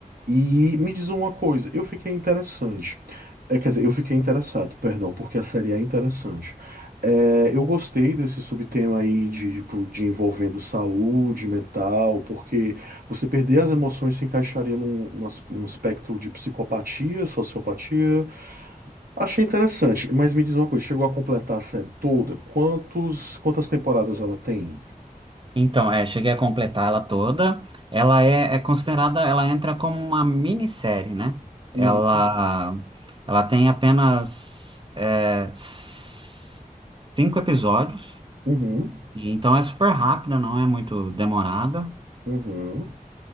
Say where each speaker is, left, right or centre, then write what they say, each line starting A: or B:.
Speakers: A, on the right (about 85°); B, on the right (about 35°).
A: E me diz uma coisa, eu fiquei interessante. É, quer dizer, eu fiquei interessado, perdão, porque a série é interessante. É, eu gostei desse subtema aí de, tipo, de envolvendo saúde mental, porque você perder as emoções se encaixaria num, num as- num espectro de psicopatia, sociopatia. Achei interessante, mas me diz uma coisa, chegou a completar a série toda? Quantos, quantas temporadas ela tem?
B: Então, é, cheguei a completar ela toda. Ela é, é considerada, ela entra como uma minissérie, né?
A: Uhum,
B: Ela, ela tem apenas é, s- cinco episódios,
A: uhum,
B: E então é super rápida, não é muito demorada.
A: uhum,